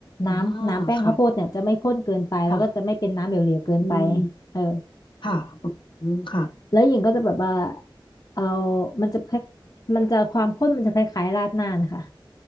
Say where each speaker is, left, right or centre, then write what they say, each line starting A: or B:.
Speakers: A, on the left; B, on the left.
A: น้ำน้ำแป้งข้าวโพดเนี่ยจะไม่ข้นเกินไปแล้วก็จะไม่เป็นน้ำเหลวๆเกินไป
B: อ่าค่ะค่ะอืม
A: เออ
B: ค่ะอืมค่ะ
A: แล้วหญิงก็จะแบบว่าเอามันจะแา่มันจะความข้นมันจะคล้ายๆราดหน้านะคะ